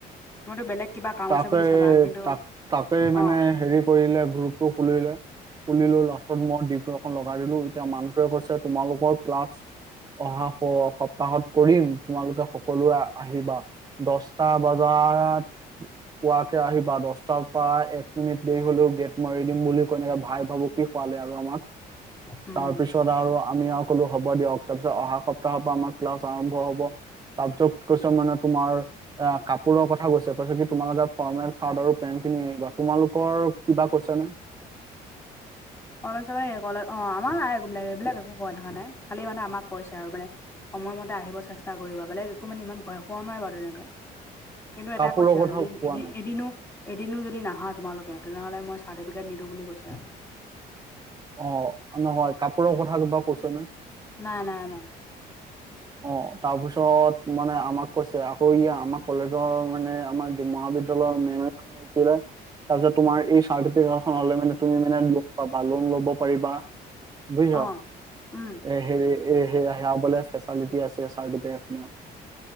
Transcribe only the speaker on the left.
তুমিতো বেলেগ কিবা কাম
আছে বুলি চাবা কিন্তু
অ
উম
<unintelligible> অ আমাৰ নাইবাক এইবিলাক একো কোৱা থকা নাই খালি মানে আমাক কৈছে আৰু মানে। সময়মতে আহিব চেষ্টা কৰিবা বেলেগ একো মানে ইমান ভয় খোৱা নাই বাৰু এনেকে। কিন্তু এটা
কৈছে আৰু
যদি
এনে
এদিনো এদিনো যদি নাহা তোমালোকে তেনেহ'লে মই চাৰ্টিফিকেট নিদিওঁ বুলি কৈছে আৰু।
নাই নাই নাই।
অ উম